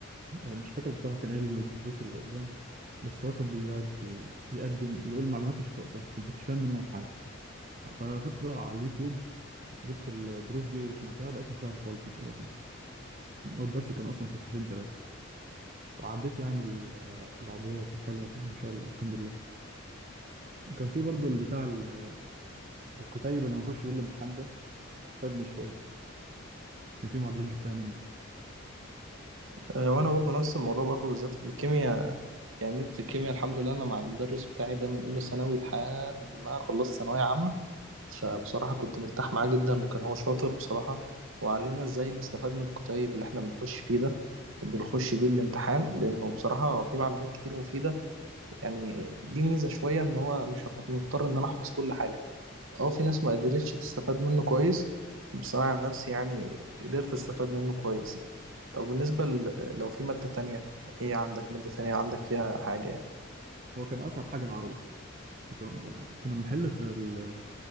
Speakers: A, on the right; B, on the right.
A: آه، مش فاكر بصراحة كان إيه الدروس اللي قدام بس هو كان بيقعد ي- يقدم يقول معلومات مش في وقتها ما كنتش فاهم منه حاجة فاخدت بقى على اليوتيوب جبت الدروس دي وسمعتها لقيتها سهله خالص مش اي حاجه هو الدرس كان اصلا صفحتين ثلاثه وعديت يعني ال- العضويه وكانت حلوه ان شاء الله الحمد لله وكان في برضو البتاع ال- الكتيب اللي بنخش بيه الامتحان ده فادني شويه كان في معادلات جبتها منه
B: اه، وانا برضو نفس الموضوع برضو بالذات في الكيمياء يعني مادة الكيمياء الحمد لله انا مع المدرس بتاعي ده من اولى ثانوي لحد ما خلصت ثانوية عامة فبصراحة كنت مرتاح معاه جدا وكان هو شاطر بصراحة وعلمنا ازاي نستفاد من الكتيب اللي احنا بنخش فيه ده بنخش بيه الامتحان لانه بصراحة في معلومات كتير مفيدة يعني دي ميزة شوية إن هو مش مضطر إن أنا أحفظ كل حاجة أه في ناس ما قدرتش تستفاد منه كويس بس أنا عن نفسي يعني قدرت أستفاد منه كويس يعني طب بالنسبة ل- لو في مادة تانية إيه عندك مادة تانية عندك فيها حاجة يعني
A: هو كان اصعب حاجه العروض كنت ب- كنا بنحل في ال...